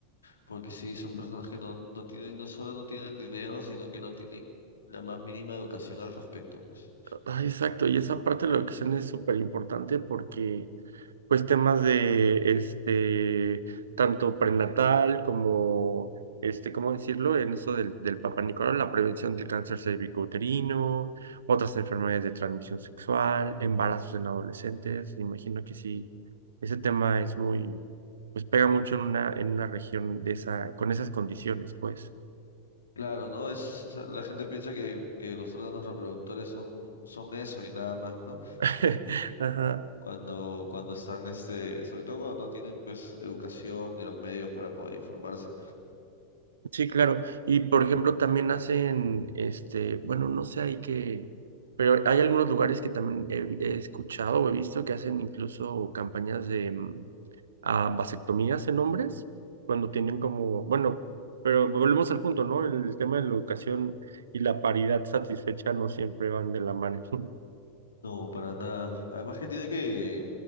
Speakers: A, on the left; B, on the right.
A: porque sí, son personas que no, no tienen, no solo no tienen dinero, sino que no tienen la más mínima educación al respecto, pues.
B: Ah, exacto, y esa parte de la educación es súper importante porque pues temas de este tanto prenatal como este, ¿cómo decirlo? En eso del, del Papa Nicolau, la prevención del cáncer cervicouterino, otras enfermedades de transmisión sexual, embarazos en adolescentes. Imagino que sí, ese tema es muy, pues pega mucho en una, en una región de esa, con esas condiciones, pues.
A: Claro, ¿no? Es, o sea, la gente piensa que, que los órganos reproductores son, son eso y nada más, ¿no?
B: <laughs> Ajá.
A: Cuando, cuando están, este, sobre todo cuando no tienen, pues, educación ni los medios para poder informarse.
B: Sí, claro. Y por ejemplo, también hacen, este, bueno, no sé, hay que, pero hay algunos lugares que también he, vi- he escuchado o he visto que hacen incluso campañas de mm, ah, vasectomías en hombres, cuando tienen como, bueno, pero volvemos al punto, ¿no? El tema de la educación y la paridad satisfecha no siempre van de la mano. <laughs>
A: No, para nada. Además que tiene que,